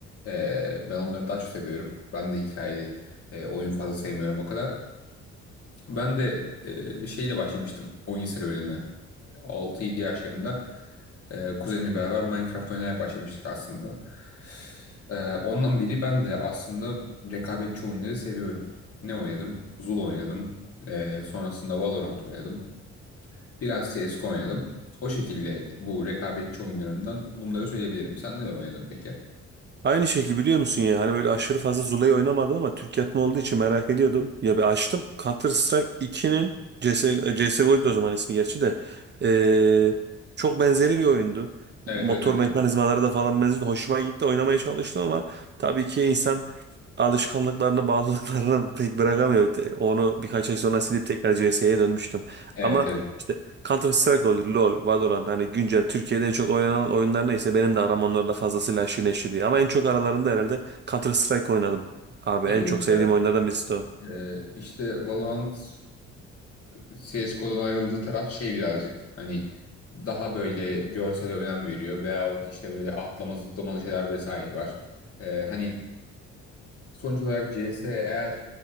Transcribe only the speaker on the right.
Aynı şekilde biliyor musun ya hani böyle aşırı fazla Zula'yı oynamadım ama Türk yapımı olduğu için merak ediyordum. Ya bir açtım Counter Strike 2'nin CS, CSGO'ydu o zaman ismi gerçi de Ee, çok benzeri bir oyundu.
Motor
mekanizmaları da falan benziyordu. Hoşuma gitti oynamaya çalıştım ama tabii ki insan alışkanlıklarını bağlılıklarını pek bırakamıyor. Onu birkaç ay sonra silip tekrar CS'ye dönmüştüm.
Ama
işte Counter Strike olur, LoL, Valorant hani güncel Türkiye'de en çok oynanan oyunlar neyse benim de aram onlarla fazlasıyla aşırı neşir diye. Ama en çok aralarında herhalde Counter Strike oynadım. Abi
en
çok sevdiğim oyunlardan birisi de o.